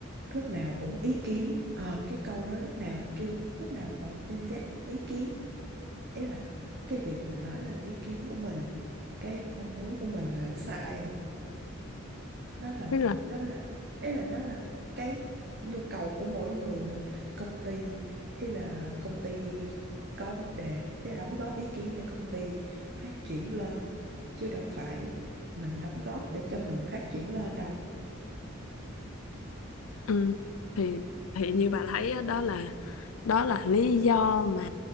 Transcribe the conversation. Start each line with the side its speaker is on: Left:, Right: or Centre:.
Right: lúc nào cũng ý kiến Ờ, cái câu đó lúc nào kêu lúc nào bọn Gen Z cũng ý kiến ấy là cái việc mình nói lên ý kiến của mình cái mong muốn của mình là nó sai nó là
Left: Nên là
Right: nó là ý là nó là cái nhu cầu của mỗi người mà công ty ý là công ty có vấn đề ý là đóng góp ý kiến để công ty phát triển lên chứ đâu phải mình đóng góp để cho mình phát triển lên đâu
Left: Ừ. Thì thì như bà thấy á, đó là đó là lý do mà